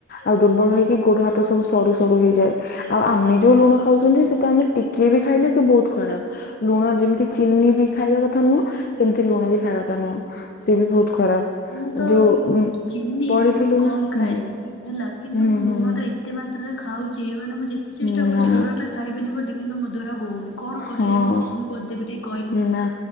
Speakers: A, on the left; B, on the left.
A: ଆଉ ଦୁର୍ ବଳ ହେଇକି ଗୋଡ଼ ହାତ ସବୁ ସରୁ ସରୁ ହେଇଯାଏ। ଆଉ ଆମେ ଯୋଉ ଲୁଣ ଖାଉଚନ୍ତି ସେ ତ ଆମେ ଟିକିଏ ବି ଖାଇଲେ ସେ ବୋହୁତ୍ ଖରାପ ଲୁଣ ଯେମିତି ଚିନି ବି ଖାଇବା କଥା ନୁହଁ ସେମତି ଲୁଣ ବି ଖାଇଆ କଥା ନୁଅଁ ସିଏ ବି ଭୋଉତ ଖରାପ
B: ମୁଁ ତ
A: ଯୋଉ
B: ଚିନି
A: ପଡି଼ଥିଲୁ
B: ବହୁତ କମ୍
A: ନାଁ?
B: ଖାଏ।
A: ହୁଁ।
B: ହେଲା କିନ୍ତୁ
A: ହୁଁ
B: ମୁଁ ଲୁଣଟା
A: ହୁଁ
B: ଏତେ ମାତ୍ରାରେ ଖାଉଚି ମାନେ ମୁଁ ଯେତେ ଚେଷ୍ଟା
A: ହୁଁ
B: କରୁଚି
A: ନା
B: ଲୁଣଟା ଖାଇବିନି ବୋଲି କିନ୍ତୁ ମୋ ଦ୍ୱାରା ହଉନି କଣ
A: ହଁ,
B: କଲେ ମୁଁ କମ୍ କରିଦେବି ଟିକେ କହିଲୁ?
A: ନାଁ